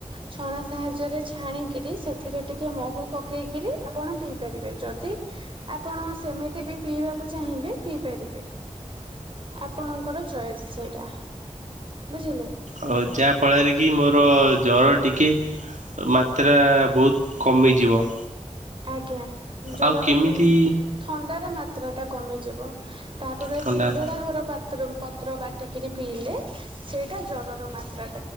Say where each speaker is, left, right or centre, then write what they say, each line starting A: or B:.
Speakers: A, on the right; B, on the right.
A: ଛଣା ସାହାଯ୍ୟରେ ଛାଣିକିରି, ସେଥିରେ ଟିକେ ମହୁ ପକେଇକିରି ଆପଣ ପିଇ ପାରିବେ, ଯଦି- ଆପଣ ସେମିତି ବି ପିଇବାକୁ ଚାହିଁବେ, ପିଇ ପାରିବେ। ଆପଣଙ୍କର ଚଏସ୍ ସେଇଟା ବୁଝିଲେ।
B: ଆଉ ଯାହା ଫଳରେ କି ମୋର ଜର ଟିକେ ମାତ୍ରା ବହୁତ କମିଯିବ।
A: ଆଜ୍ଞା ଜରର
B: ଆଉ କେମିତି
A: ଥଣ୍ଡାର ମାତ୍ରା ଟା କମିଯିବ ତାପରେ
B: ଥଣ୍ଡାର
A: ସିଙ୍ଗଡା ହର ପାତ୍ର ପତ୍ର ବାଟିକିରି ପିଇଲେ। ସେଇଟା ଜର ର ମାତ୍ରା,